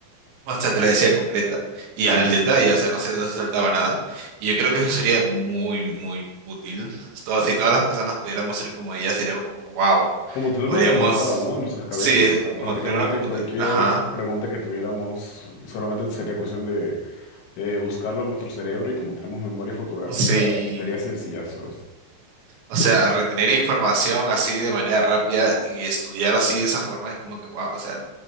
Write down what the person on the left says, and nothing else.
Como tener
una computadora, ¿no? En nuestras cabezas.
O
sea, prácticamente
cualquier
pregunta que tuviéramos solamente sería cuestión de eh, buscarlo en nuestro cerebro y como tenemos memoria fotográfica,
sería sencillazo.